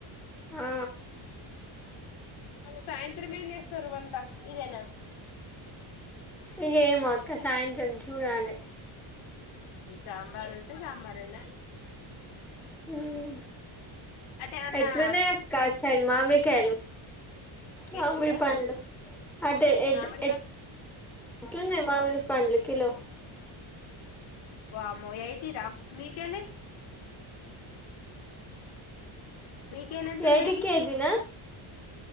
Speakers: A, in the centre; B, on the left.
A: ఆ
B: మళ సాయంత్రం మేన్ జేస్ చెరువంట ఇదేనా
A: ఇదేమో అక్క సాయంత్రం చూడాలె
B: సాంబార్ ఉంటే సాంబారేనా
A: హ్మ్
B: అటే ఏమన్నా
A: ఎట్లునయ్ అక్క సాయిడ్ మామిడ్ కాలు మామిడి
B: ఏంటిదిరా
A: పండ్లు అంటే ఎట్
B: మామిడి
A: ఎట్ ఎట్లున్నయ్ మామిడి పండ్లు కిలో
B: వామో ఏయ్టీ రా మీ కేలి మీకెళ్ళి ఎంత ఉన్నాయి
A: ఎయ్టీ కేజిన